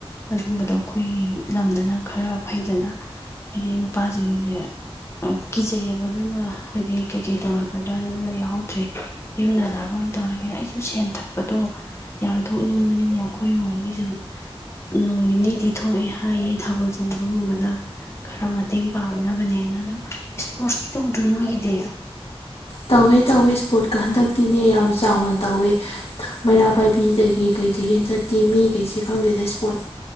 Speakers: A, on the left; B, on the left.
A: ꯑꯗꯨꯝꯕꯗꯣ ꯑꯩꯈꯣꯏꯒꯤ ꯂꯝꯗꯅ ꯈꯔ ꯐꯩꯗꯅ ꯍꯥꯏꯗꯤ ꯅꯨꯄꯥꯁꯤꯡꯁꯦ ꯀꯤꯖꯩꯑꯕ ꯑꯗꯨꯅ ꯍꯥꯏꯗꯤ ꯀꯩꯀꯩ ꯇꯧꯔꯛꯀꯗ꯭ꯔꯥ ꯑꯗꯨꯅ ꯌꯥꯎꯍꯧꯗ꯭ꯔꯦ ꯌꯨꯝ ꯍꯜꯂꯛꯑꯒ ꯑꯣꯏꯅ ꯇꯧꯔꯒꯦꯗ ꯑꯩꯁꯨ ꯁꯦꯟ ꯊꯛꯄꯗꯣ ꯌꯥꯝ ꯕꯅꯤꯅꯦ ꯑꯩꯈꯣꯏ ꯅꯣꯡꯒꯤꯁꯨ ꯅꯣꯡ ꯅꯤꯅꯤꯗꯤ ꯊꯣꯛꯑꯦ ꯍꯥꯏꯌꯦ ꯊꯥꯕꯜ ꯆꯣꯡꯕꯒꯨꯝꯕꯗ ꯈꯔ ꯃꯇꯦꯡ ꯄꯥꯡꯅꯕꯅꯦꯅ ꯑꯣ ꯏꯁꯄꯣꯔꯠꯁꯀꯤ ꯇꯧꯗ꯭ꯔꯣ ꯅꯣꯏꯒꯤꯗꯤ
B: ꯇꯧꯋꯦ ꯇꯧꯋꯦ ꯏꯁꯄꯣꯔꯠꯀ ꯍꯟꯗꯛꯇꯤꯅꯦ ꯌꯥꯝ ꯆꯥꯎꯅ ꯇꯧꯋꯦ ꯃꯩꯔꯥ ꯄꯥꯏꯕꯤꯗꯒꯤ ꯀꯩꯗꯒꯤ ꯍꯟꯗꯛꯇꯤ ꯃꯤꯈꯩꯁꯦ ꯈꯪꯗꯦꯗ ꯏꯁꯄꯣꯔꯠ